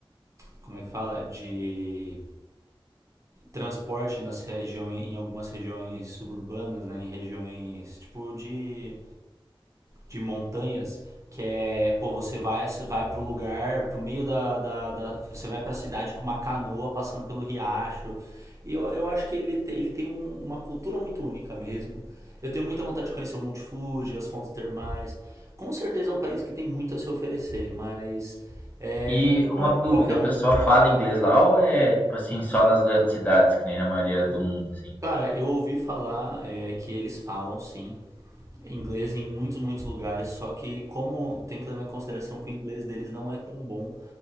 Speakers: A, on the right (about 35°); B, on the left (about 15°).
A: Como é que fala? De transporte nas regiões, em algumas regiões suburbanas, né, em regiões tipo de, de montanhas, que é, pô, você vai, vai pro lugar, pro meio da, da, da Você vai pra cidade com uma canoa passando pelo riacho. E eu, eu acho que ele, te, ele tem um- uma cultura muito única mesmo. Eu tenho muita vontade de conhecer o Monte Fuji, as fontes termais. Com certeza é um país que tem muito a se oferecer, mas é,
B: E
A: também
B: uma
A: não é para
B: dúvida,
A: qualquer
B: o
A: um.
B: pessoal fala inglês lá ou é, tipo assim, só nas grandes cidades, que nem na maioria do mundo, assim?
A: Cara, eu ouvi falar é, que eles falam sim inglês em muitos, muitos lugares, só que como tem que levar em consideração que o inglês deles não é tão bom